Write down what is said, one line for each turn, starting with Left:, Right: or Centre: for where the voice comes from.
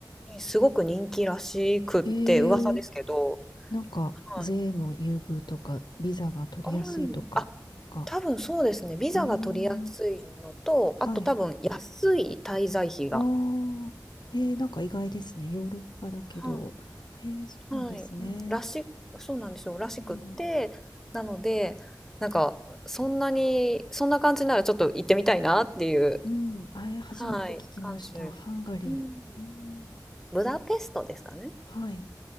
Centre: にすごく人気らしくって噂ですけど。
Left: えー、なんか、
Centre: はい、
Left: 税の優遇とか、ビザが取りやすいとか、
Centre: あるん、あ、
Left: なんか、
Centre: 多分そうですね。ビザが取りやすいのと、
Left: えー、はい。
Centre: あと多分安い滞在費が。
Left: ああ、えー、なんか意外ですね。ヨーロッパだけど。
Centre: はい
Left: えー、そうなんですね。
Centre: はい、うん、らし、そうなんですよ、らしくって、
Left: うん、
Centre: なので、なんか、そんなに、そんな感じならちょっと行ってみたいなっていう、
Left: うん、あれ、初めて聞きました。
Centre: はい、感じで、
Left: ハンガリー。
Centre: うん、
Left: うん、
Centre: ブダペストですかね、
Left: はい。